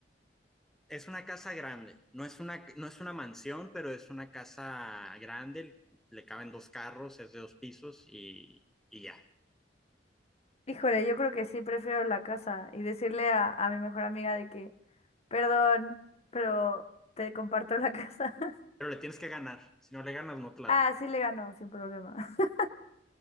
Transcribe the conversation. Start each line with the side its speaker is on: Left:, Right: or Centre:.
Centre: Es una casa grande, no es una, no es una mansión, pero es una casa grande, le caben dos carros, es de dos pisos y, y ya.
Left: híjole, yo creo que sí prefiero la casa y decirle a, a mi mejor amiga de que, perdón, pero te comparto la casa. <laughs>
Centre: Pero le tienes que ganar, si no le ganas no te la
Left: Ah,
Centre: dan.
Left: sí le ganó, sin problema. <laughs>